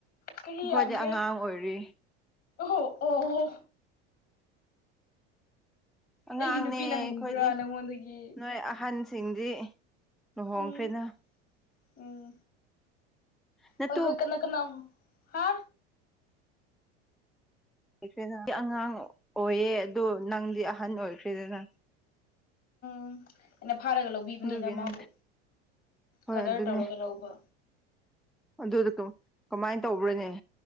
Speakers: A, on the left; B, in the centre.
A: ꯆꯍꯤ
B: ꯑꯩꯈꯣꯏꯗꯤ
A: ꯌꯥꯝꯗ꯭ꯔꯦ
B: ꯑꯉꯥꯡ ꯑꯣꯏꯔꯤ
A: ꯑꯣꯍꯣ ꯑꯣ ꯑꯣ ꯍꯣ
B: ꯑꯉꯥꯡꯅꯦ
A: ꯑꯩꯒꯤ ꯅꯨꯄꯤꯅ
B: ꯑꯩꯈꯣꯏꯗꯤ
A: ꯍꯟꯕ꯭ꯔꯥ ꯅꯪꯉꯣꯟꯗꯒꯤ
B: ꯅꯣꯏ ꯑꯍꯟꯁꯤꯡꯗꯤ ꯂꯨꯍꯣꯡꯈ꯭ꯔꯦꯅ
A: ꯎꯝ ꯎꯝ
B: ꯅꯠꯇꯨ
A: ꯍꯣꯏ ꯍꯣꯏ ꯀꯅꯥ ꯀꯅꯥꯣ ꯍꯥ
B: ꯈ꯭ꯔꯦ ꯑꯩ ꯑꯉꯥꯡ ꯑꯣꯏꯌꯦ ꯑꯗꯣ ꯅꯪꯗꯤ ꯑꯍꯟ ꯑꯣꯏꯈ꯭ꯔꯦꯗꯅ
A: ꯎꯝ ꯑꯩꯅ ꯐꯥꯔꯒ ꯂꯧꯕꯤꯕꯅꯤꯅ
B: ꯑꯗꯨꯒꯤꯅꯤ
A: ꯃꯥꯕꯨ
B: ꯍꯣꯏ
A: ꯀꯗꯔ
B: ꯑꯗꯨꯅꯦ
A: ꯇꯧꯔꯒ ꯂꯧꯕ
B: ꯑꯗꯨꯗ ꯀꯃꯥꯏꯅ ꯇꯧꯕ꯭ꯔꯅꯦ